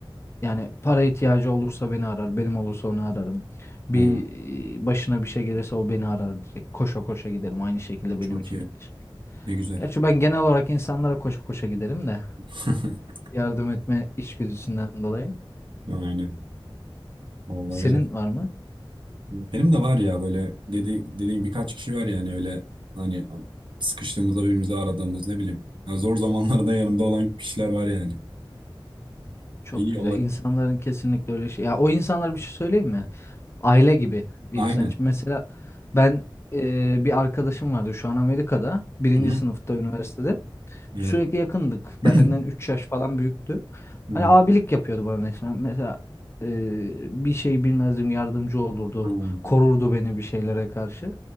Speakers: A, on the left; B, on the right.
A: Yani para ihtiyacı olursa beni arar, benim olursa onu ararım. Bir
B: Ha,
A: e, başına bir şey gelirse o beni arar direkt. Koşa koşa giderim. Aynı şekilde
B: çok
A: benim için
B: iyi.
A: de geçer.
B: Ne güzel.
A: Gerçi ben genel olarak insanlara koşa koşa giderim de
B: <laughs>
A: yardım etme içgüdüsünden dolayı.
B: Aynen. Vallahi
A: Senin
B: öyle.
A: var mı?
B: Benim de var ya böyle dedi, dediğim birkaç kişi var yani öyle hani sıkıştığımızda birbirimizi aradığımız ne bileyim. Ya zor zamanlarda yanımda olan kişiler var yani.
A: Çok
B: İyi
A: güzel.
B: o
A: İnsanların kesinlikle öyle şey. Ya o insanlar bir şey söyleyeyim mi? Aile gibi bir
B: aynen.
A: insan için. Mesela ben e, bir arkadaşım vardı şu an Amerika'da. Birinci
B: Hı hı.
A: sınıfta üniversitede.
B: Evet.
A: Sürekli yakındık. Benden
B: <clears throat>
A: 3 yaş falan büyüktü. Hani
B: Evet.
A: abilik yapıyordu bana resmen. Mesela e, bir şey bilmezdim yardımcı olurdu.
B: Hı.
A: Korurdu beni bir şeylere karşı.